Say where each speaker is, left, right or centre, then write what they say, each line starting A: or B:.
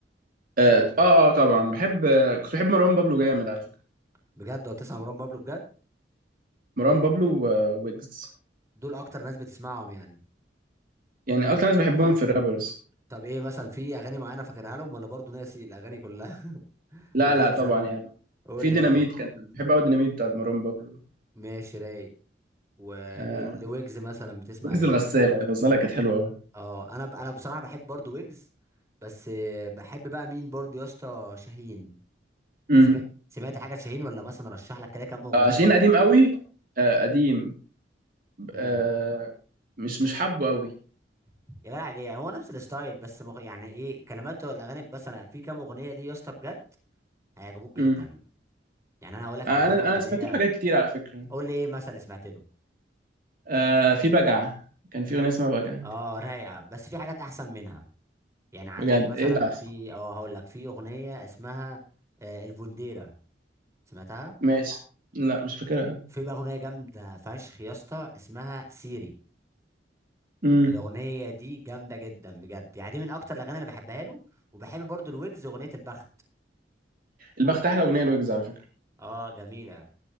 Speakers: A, on the right; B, on the right.
A: اه
B: مش قد كده
A: اه آه، طبعا بحب آه، كنت بحب مروان بابلو جامد على فكره
B: بجد لو تسمع مروان بابلو بجد
A: مروان بابلو وويجز
B: دول اكتر ناس بتسمعهم يعني
A: يعني
B: طب
A: اكتر ناس بحبهم في الرابرز
B: طب ايه مثلا في اغاني معينه فاكرها لهم ولا برضه ناسي الاغاني كلها <laughs>
A: لا
B: بتنسى
A: لا طبعا
B: انت؟
A: يعني
B: قول
A: في
B: لي
A: ديناميت
B: طيب
A: كان بحب قوي ديناميت بتاعت مروان بابلو
B: ماشي رايق ولويجز
A: آه
B: مثلا بتسمع
A: ويجز
B: ايه
A: الغساله الغساله كانت حلوه قوي
B: اه انا ب... انا بصراحه بحب برضو ويجز بس آه، بحب بقى مين برضو يا اسطى شاهين
A: امم
B: سمعت سمعت حاجه شاهين ولا مثلا رشح لك كده كام اغنيه
A: آه شيرين
B: رايقه
A: قديم قوي آه قديم
B: امم
A: آه مش مش حابه قوي
B: يا جدع ليه هو نفس الستايل بس مغ... يعني ايه كلماته الاغاني بس انا في كام اغنيه ليه يا اسطى بجد هيعجبوك جدا
A: امم
B: يعني انا هقول لك
A: انا
B: على كام
A: انا
B: اغنيه
A: سمعت له حاجات كتير على فكره
B: قول لي ايه مثلا اللي سمعت له
A: آه في بجعه كان في اغنيه اسمها بجعه
B: اه رايقه بس في حاجات احسن منها يعني عندك
A: بجد
B: مثلا
A: ايه ده
B: في اه هقول لك في اغنيه اسمها آه، الفونديرا سمعتها
A: ماشي لا مش فاكرها
B: في بقى اغنيه جامده فشخ يا اسطى اسمها سيري
A: امم
B: الاغنيه دي جامده جدا بجد يعني دي من اكتر الاغاني اللي بحبها له وبحب برضو الويجز اغنيه البخت
A: البخت احلى اغنيه لويجز على فكره
B: اه جميله